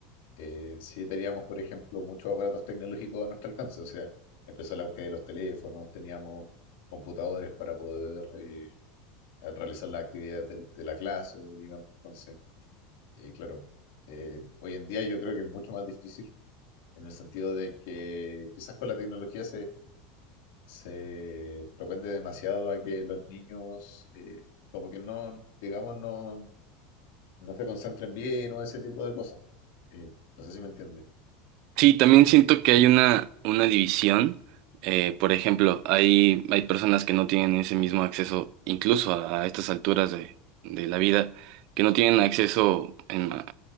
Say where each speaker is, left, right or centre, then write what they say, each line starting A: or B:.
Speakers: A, on the left; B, on the right.
A: eh, sí teníamos, por ejemplo, muchos aparatos tecnológicos a nuestro alcance. O sea, empezó el auge de los teléfonos, teníamos computadores para poder eh, realizar las actividades del- de, la clase, digamos. Entonces, eh, claro, eh, hoy en día yo creo que es mucho más difícil en el sentido de que quizás con la tecnología se propende demasiado a que los niños eh, como que no, digamos, no, no se concentren bien o ese tipo de cosas. Eh, no sé si me entiende.
B: Sí, también siento que hay una, una división. Eh, por ejemplo, hay, hay personas que no tienen ese mismo acceso, incluso a, a estas alturas de, de la vida, que no tienen acceso en- a,